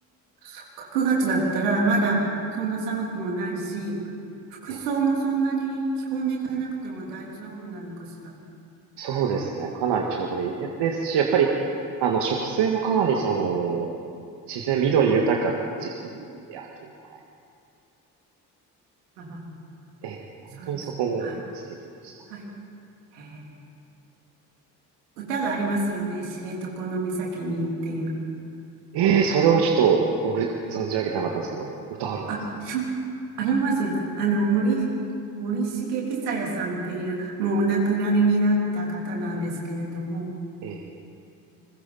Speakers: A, on the right; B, on the right.
A: そっか、9月だったらまだそんな寒くもないし、服装もそんなに着込んでいかなくても大丈夫なのかしら。
B: えそうですね。かなりちょうどいい。いやですし、やっぱり、あの、植生もかなりその、自然緑豊かな時期で秋の前。
A: あは
B: え、で本当にそこも素敵でした。
A: そうです。はい。はい。へえ歌がありますよね。知床の岬にっていう。
B: えー、それはちょっと、僕、存じ上げてなかったんですけど、歌あるんです。
A: あ、そう、ありますよ。あの、森、森重久彌さんっていう、もうお亡くなりになった方なんですけれども、
B: えー、